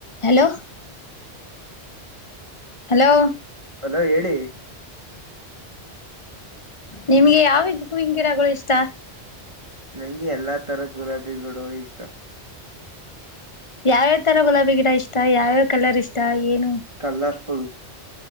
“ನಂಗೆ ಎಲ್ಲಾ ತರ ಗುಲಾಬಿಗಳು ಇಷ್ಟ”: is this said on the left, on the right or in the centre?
Right